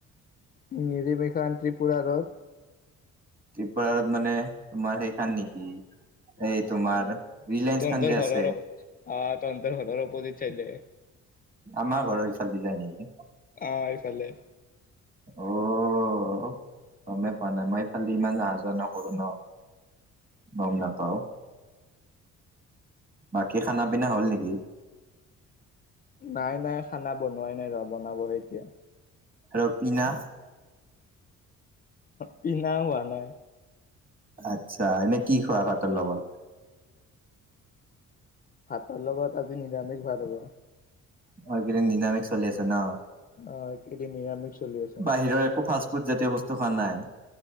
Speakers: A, on the left; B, on the right.
A: নিৰিম এইখন ত্ৰিপুৰা ৰদ।
B: ত্ৰিপুৰাৰ'দ মানে তোমাৰ সেইখন নেকি? এই তোমাৰ ৰিলায়েন্সখান
A: তহঁতৰ
B: যে আছে।
A: ঘৰৰ আহ তহঁতৰ ঘৰৰ অপজিত চাইডে
B: আমাৰ ঘৰৰ ইফালেদি যায় নেকি?
A: অঁ' এইফালে।
B: অঁ' গমে পোৱা নাই, মই সেইফালেদি ইমান অহা যোৱা নকৰো ন। গম নাপাও। বাকী খানা পিনা হ'ল নেকি?
A: নাই নাই খানা বনোৱাই নাই ৰ' বনাবহে এতিয়া।
B: আৰু পিনা?
A: পিনাও হোৱা নাই।
B: আচ্ছা' এনেই কি খোৱা ভাতৰ লগত?
A: ভাতৰ লগত আজি নিৰামিষ ভাত হ'ব।
B: অঁ' এইকেইদিন নিৰামিষ চলি আছে ন'
A: অ এইকেইদিন নিৰামিষ চলি আছে
B: বাহিৰৰ একো ফা ফ্ৰোত জাতীয় বস্তু খোৱা নাই?